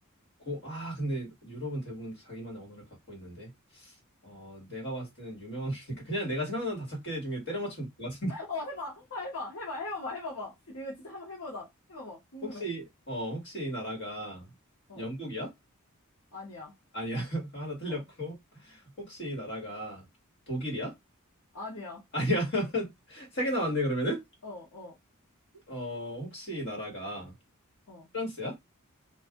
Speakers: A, on the left; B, on the left.
A: 고, 아, 근데 유럽은 대부분 자기만의 언어를 갖고 있는데 어, 내가 봤을 때는 유명한 거니까 그냥 내가 생각나는 다섯 개 중에 때려 맞추면 될것
B: 어, 해봐. 아, 해봐. 해봐. 해봐봐. 해봐봐. 이거 진짜 한번 해보자. 해봐봐. 궁금해.
A: 혹시 어 혹시 이 나라가
B: 어.
A: 영국이야?
B: 아니야.
A: 아니야 <laughs> 하나 틀렸고
B: 어.
A: 혹시 이 나라가 독일이야?
B: 아니야.
A: 아니야 <laughs> 세 개 남았네 그러면은
B: 어, 어,
A: 어 혹시 이 나라가
B: 어.
A: 프랑스야?